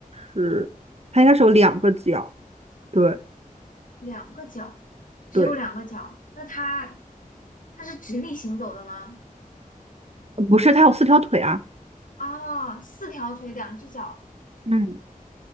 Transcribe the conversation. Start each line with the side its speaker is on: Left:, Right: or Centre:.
Right: 是它应该是有两个脚。对
Left: 两个脚，只有两个脚，
Right: 对，
Left: 那它它是直立行走的吗？
Right: 不是，它有四条腿啊。
Left: 哦，四条腿，两只脚，
Right: 嗯，